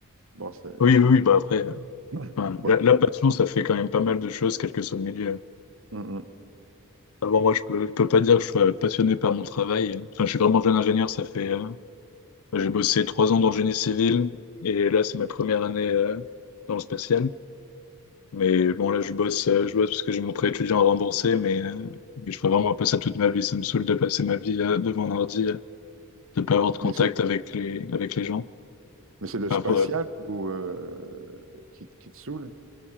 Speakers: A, on the right; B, on the left.
A: bon, ça-
B: Oui,
A: tu,
B: oui, oui, bah après, euh,
A: Mm.
B: enfin,
A: bon,
B: la, la
A: tu-
B: passion, ça fait quand même pas mal de choses, quel que soit le milieu.
A: Mm, mm.
B: Avant, moi, je peux, je peux pas dire que je sois passionné par mon travail. Enfin, je suis vraiment jeune ingénieur, ça fait, euh, j'ai bossé trois ans dans le génie civil, et là, c'est ma première année, euh, dans le spatial. Mais bon, là, je bosse, euh, je bosse parce que j'ai mon prêt étudiant à rembourser, mais, euh, mais je ferai vraiment pas ça toute ma vie. Ça me saoule de passer ma vie, euh, devant un ordi, euh, de pas avoir de contact
A: Mais c'est,
B: avec les, avec les gens.
A: mais c'est le
B: Enfin,
A: spatial ou, euh, qui, qui te saoule?